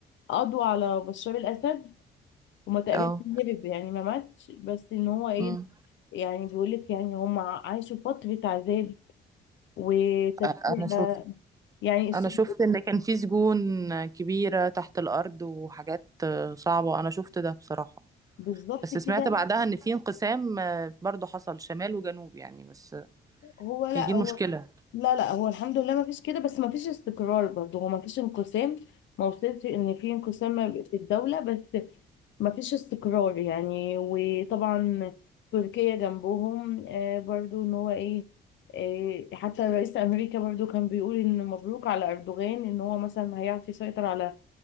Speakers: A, on the left; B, on the right.
A: قضوا على بشار الأسد هما تقريبا
B: اه
A: هرب يعني ما ماتش بس ان هو ايه
B: امم
A: يعني بيقولك يعني هم عاشوا فترة عذاب وتفكير
B: أ- انا شفت
A: يعني السلوك
B: انا شفت ان كان في سجون كبيرة تحت الارض وحاجات آه، صعبة انا شفت ده بصراحة
A: بالظبط
B: بس سمعت
A: كده
B: بعدها ان في انقسام آه، برضو حصل شمال وجنوب يعني بس آه،
A: هو لا
B: هي دي المشكلة
A: هو لا لا هو الحمد لله ما فيش كده بس ما فيش استقرار برضه هو ما فيش انقسام ما وصلش ان في انقسام ما بي- في الدولة بس مفيش استقرار يعني وطبعا تركيا جنبهم آه، برضو ان هو ايه آه، حتى رئيس امريكا برضو كان بيقول ان مبروك على اردوغان ان هو مثلا هيعرف يسيطر على